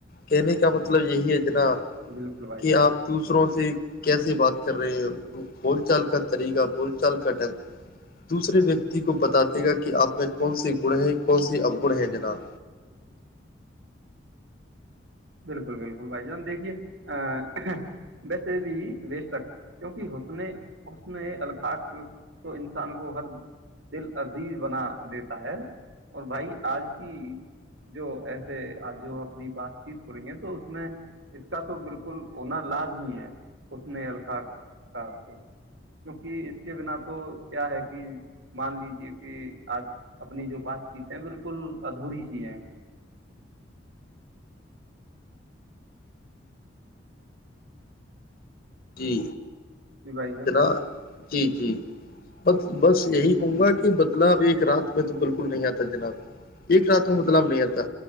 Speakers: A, on the left; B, on the right.
A: کہنے کا مطلب یہی ہے جنا
B: بالکل بھائی
A: کہ
B: جان
A: آپ دوسروں سے کیسے بات کر رہے ہیں وہ بول چال کا طریقہ بول چال کا ڈھنگ دوسرے ویکتی کو بت دے گا کہ آپ میں کون سے گڑ ہیں کون سے اوگن ہیں جناب
B: بالکل بالکل بھائی جان دیکھیے ا ویسے بھی بے شک کیونکہ حسن حسن الخق تو انسان کو ہر دل عزیز بنا دیتا ہے اور بھائی آج کی جو ایسے آ جو اپنی بات چیت کریں گے تو اس میں اس کا تو بالکل ہونا لازمی ہے اس نے القا کا کو کیونکہ اس کے بنا تو کیا ہے کہ مان لیجے کہ آج اپنی جو بات چیت ہے بالکل ادھوری سی ہے
A: جی
B: سی بھائی جان
A: جناب جی جی ب بس یہی کہوں گا
B: جی
A: کہ بدلا ویک رات میں تو بالکل نہیں آتا جناب ایک رات میں بدلاؤ نہیں آتا